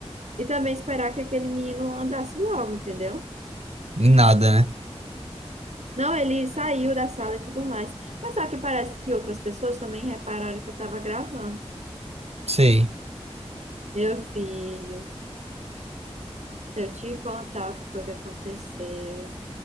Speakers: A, on the right; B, on the right.
A: E também esperar que aquele menino andasse logo, entendeu?
B: Em nada, né?
A: Não, ele saiu da sala e tudo mais. Mas só que parece que outras pessoas também repararam que eu tava gravando.
B: Sei.
A: Meu filho, se eu te contar o que foi que aconteceu.